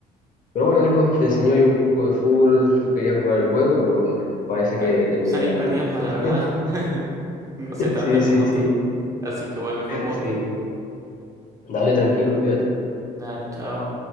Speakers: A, on the left (about 50°); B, on the right (about 20°).
A: Pero bueno, Nico, te enseñó yo un poco de fútbol, tú querías jugar el juego, pero parece
B: sa-
A: que terminé
B: salí
A: ganando.
B: perdiendo, la verdad.
A: <laughs>
B: <laughs> No sé tanto
A: Sí,
B: como
A: sí, sí,
B: tú. Así que bueno, fue un gusto.
A: sí. Dale, tranquilo, cuídate.
B: Dale, chao.